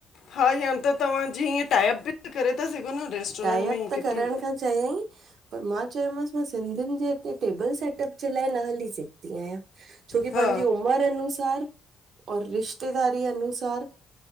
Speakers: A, on the left; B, on the right.
A: हा या त तव्हां जीअं टाॅयप बि करे ता सघो न, रेस्टोरेंट
B: टाइप
A: में ईय
B: त
A: किटी
B: करण खां चयईं पर मां चयो मांस, मां सिंधिन जे हिते टेबल सेट अप जे लाइ न हली सघदी आयां। छो कि
A: हा
B: पांजी उमर अनुसार और रिश्तेदारीअ अनुसार